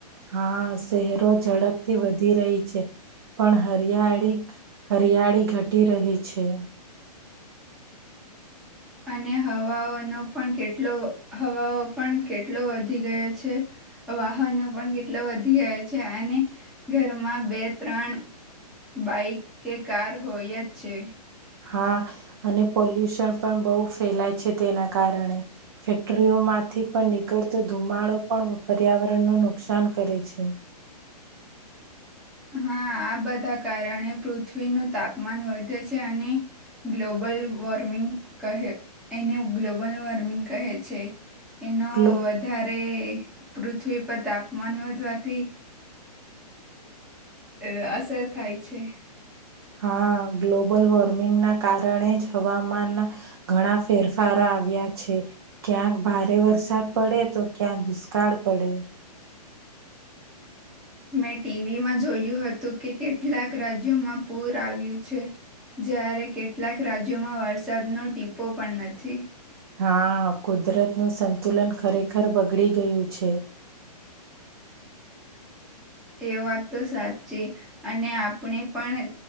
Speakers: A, on the right (about 40°); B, in the centre.
A: હા શહેરો ઝડપથી વધી રહી છે પણ હરિયાળી હરિયા યાળી ઘટી રહી છે
B: અને હવાઓનો પણ કેટલો હવાઓ પણ કેટલો વધી ગયો છે વાહનો પણ કેટલો વધી ગયા છે અને ઘરમાં બે ત્રણ બાઈક કે કાર હોય જ છે
A: હા અને પોલ્યુશન પણ બહુ ફેલાય છે તેના કારણે ફેક્ટરીઓમાં માંથી પણ નીકળતો ધુમાડો પણ પર્યાવરણ નું નુકસાન કરે છે
B: હા આ બધા કારણે પૃથ્વીનું તાપમાન વધે છે અને ગ્લોબ બલ વોર્મિંગ ક એને ગ્લોબલ વોર્મિંગ કહે છે એનો
A: ગ્લો
B: વધારે પૃથ્વી પર તાપમાન વધવાથી અ અસર થાય છે
A: હા ગ્લોબલ વોર્મિંગ ના કારણે જ હવામાનના ઘણા ફેરફારો આવ્યા છે ક્યાંક ભારે વરસાદ પડે તો ક્યાંક દુષ્કાળ પડે
B: મેં ટીવીમાં જોયું હતું કે કેટલાક રાજ્યોમાં પૂર આવ્યું છે જ્યારે કેટલાક રાજ્યોમાં વરસાદનો ટીપો પણ નથી
A: હા કુદરતનું સંતુલન ખરેખર બગડી ગયું છે <inaudible>
B: એ વાત તો સાચી અને આપણે પણ